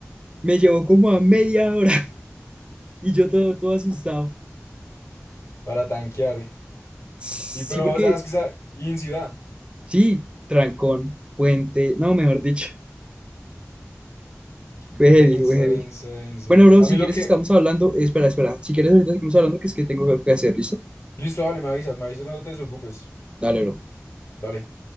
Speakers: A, on the right; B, on the left.
A: me llevó como a media hora <laughs> y yo todo, todo asustado.
B: Para tanquear. eh.
A: Sí,
B: Y pero,
A: porque
B: o sea, es que, sa- y en ciudad.
A: Sí, trancón, puente, no, mejor dicho, fue
B: Denso,
A: heavy, fue heavy.
B: denso, denso,
A: Bueno,
B: denso.
A: bro,
B: A
A: si
B: mí lo
A: quieres
B: que,
A: estamos hablando, espera, espera, si quieres ahorita estamos hablando que es que tengo que hacer, ¿listo?
B: Listo, vale, me avisas, me avisas cuando te desocupes.
A: Dale, bro.
B: Vale.